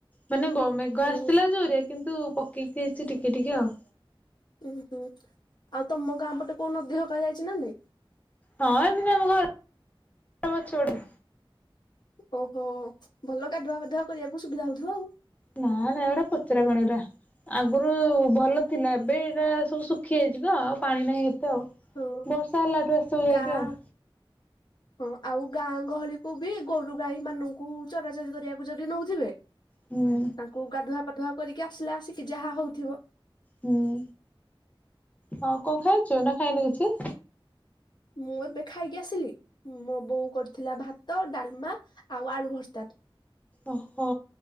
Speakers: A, on the left (about 15°); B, on the left (about 50°).
A: ମାନେ ମେଘ ଆସିଲା
B: ଓ
A: ଜୋରିଆ କିନ୍ତୁ ପକେଇକି ହେଇଛି ଟିକେ ଟିକେ ଆଉ।
B: ଉୁଁ ହୁଁ ଆଉ ତମ ଗାଁ ପଟେ କୋଉ ନଦୀ ହକା ଯାଇଛି ନା ନାଇଁ।
A: ହଁ ଏମିତି ଆମ ଘରଛ ଗୋଟେ
B: ଓହୋ ଭଲ ଗାଧୁଆବାଧୁଆ କରିବାକୁ ସୁବିଧା ହଉଥିବ ଆଉ।
A: ନା ନା ଗୋଟା ପଚରା ପାଣି ଗଡା ଆଗରୁ ଭଲ ଥିଲା। ଏବେ ଏଇଟା ସବୁ ଶୁଖି ଯାଇଛି ତ ଆଉ ପାଣି ନାହିଁ ଏତେ ଆଉ
B: ହଁ
A: ବର୍ଷା ହେଲାଠୁ ଏସଯାଇକି
B: ଗାଁ
A: ଆଉ।
B: ହଁ ଆଉ ଗାଁ ଗହଳିକୁୁ ବି ଗୋରୁ ଗାଈ ମାନଙ୍କୁ ଚରାଚରି କରିବାକୁ ଯଦି ନଉଥିବେ।
A: ହୁଁ।
B: ତାଙ୍କୁ ଗାଧୁଆ ପାାଧୁଆ କରିକି ଆସିଲା ଆସିକି ଯାହା ହଉଥିବ।
A: ହୁଁ ହଉ କଣ ଖାଇଛୁ ନା ଖାଇଲେ କିଛି।
B: ମୁଁ ଏବେ ଖାଇକି ଆସିଲି। ମୋ ବୋଉ କରିଥିଲା ଭାତ ଡାଲମା ଆଉ ଆଳୁ ଭର୍ତ୍ତା।
A: ଓହୋ